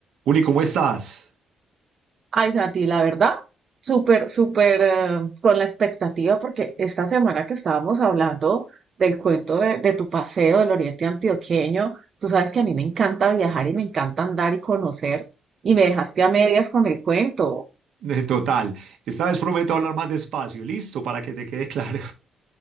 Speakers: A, on the right (about 75°); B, on the right (about 45°).
A: Juli, ¿cómo estás?
B: Ay, Santi, la verdad, súper, súper eh, con la expectativa, porque esta semana que estábamos hablando del cuento de, de tu paseo del Oriente Antioqueño, tú sabes que a mí me encanta viajar y me encanta andar y conocer, y me dejaste a medias con el cuento.
A: <laughs> Total, esta vez prometo hablar más despacio, listo, para que te quede claro.